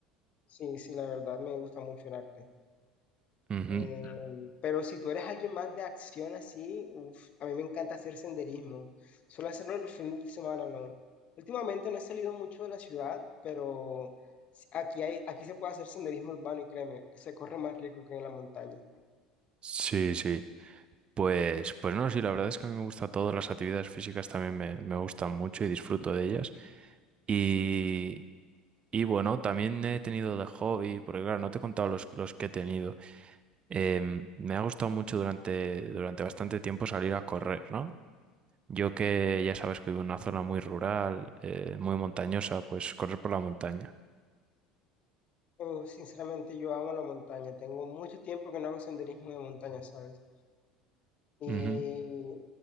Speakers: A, on the left (about 40°); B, on the right (about 30°).
A: Sí, sí, la verdad me gusta mucho el arte.
B: Ujú.
A: Eh, pero si tú eres alguien más de acción así, uf, a mí me encanta hacer senderismo. Suelo hacerlo los fines de semana, no. Últimamente no he salido mucho de la ciudad, pero s- aquí hay, aquí se puede hacer senderismo urbano y créeme, se corre más rico que en la montaña.
B: Sí, sí. Pues, pues no, sí, la verdad es que a mí me gusta todo, las actividades físicas también me, me gustan mucho y disfruto de ellas. Y, y bueno, también he tenido de hobby, porque claro, no te he contado los, los que he tenido. Em, me ha gustado mucho durante, durante bastante tiempo salir a correr, ¿no? Yo que ya sabes que vivo en una zona muy rural, eh, muy montañosa, pues correr por la montaña.
A: Uf, sinceramente yo amo la montaña. Tengo mucho tiempo que no hago senderismo de montaña, ¿sabes? Y
B: Ujú,